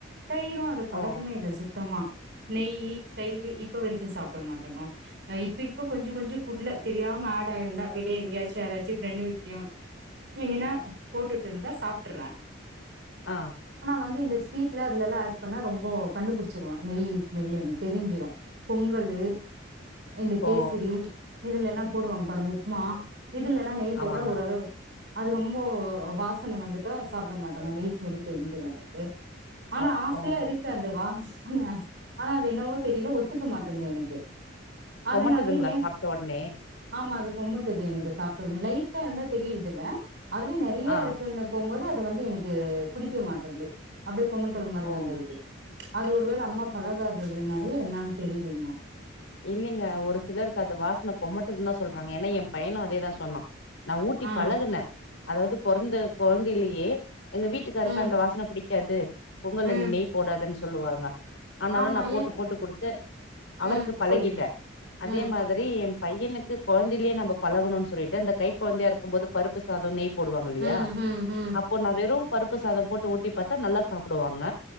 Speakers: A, on the right (about 60°); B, on the left (about 80°).
A: தயிரும் அது பழக்கமே
B: ஓ
A: இல்ல சார் சுத்தமா நெய்யி தயிரு இப்ப வரைக்கும் சாப்பிட மாட்டேங்க இப்ப இப்ப கொஞ்சம் கொஞ்சம் ஃபுட்ல தெரியாம ஆட் ஆயிருந்தா வெளியே எங்கேயாச்சும் யாராச்சும் ஃப்ரெண்ட் வீட்டுலயும் எங்கன்னா போட்டுட்டு இருந்தா சாப்பிட்டுறேன்
B: அ
A: வந்து இந்த ஸ்வீட்ல அதுலல்லா ஆட் பண்ணா ரொம்ப கண்டுபுடுச்சிருவ நெய் ஸ்மெல் எனுக் தெரிஞ்சிரு பொங்கலு இந்து கேசுரி
B: ஓ
A: இதுலெல்லா போடுவாங்க பாருங்க உப்மா இதுலெல்லா நெய் போட்டா
B: ஆமாங்க
A: ஓரளவு அது ரொம்போ வாசன வந்துட்டா சாப்ட மாட்டாங்க நெய் ஸ்மெல்லு தெரிஞ்சுவ எ ஆனா
B: ஓ
A: ஆசையா
B: ஓஹோ
A: இருக்கு அது வா ஆன ஆனா அது என்னவோ தெரியல ஒத்துக்க மாட்டேங்குது எனக்கு அதனாலயே
B: கொமட்டுதுங்களா
A: ஏ
B: சாப்ட்ட ஒடனே
A: ஆமா அது கொமட்டது எனக்கு சாப்ட்ட ஒனே லைட்டா இருந்தா தெரியுறது இல்ல அதுவே நெறைய
B: ஆ
A: இருக்குன்னு போம்போது வந்து எனக்கு புடிக்க மாட்டேங்து அப்டி குமட்டல் மாரி
B: ஓ
A: வந்துருது அது ஒருவேள அம்மா பழகாததுனாலயே என்னன் தெரிலிங்க
B: இல்லைங்க ஒரு சிலருக்கு அது வாசன கொமட்டுதுன்தா சொல்றாங்க ஏனா என் பையனு அதேதா சொன்னா நா ஊட்டி
A: ஆ
B: பழகுனே அதாவது பொறந்த கொழந்தைலயே எங்க வீட்டுக்காருக்கு
A: ம்
B: அந்த வாசன புடிக் காது பொங்கல்ல
A: ம்
B: நெ நெய் போடாதனு சொல்லுவாங்க ஆனாலு
A: ஆமா
B: நா போட்டு
A: ஏன்
B: போட்டு குடுத்து அவருக்கு
A: ம்
B: பழகிட்ட
A: சொல்லுங்க
B: அதே
A: ம்
B: மாதிரி பையனுக்கு கொழந்தைலயே நம்ப பழகுணுன் சொல்லிட்டு அந்த கை கொழந்தையா இருக் கும் போது பருப்பு சாதோ நெய் போடுவாங்க இல்லியா
A: ம் ம் ம்
B: அப்போ நா வெறும் பருப்பு சாதோ போட்டு ஊட்டி பாத்தா நல்லா சாப்புடுவாங்க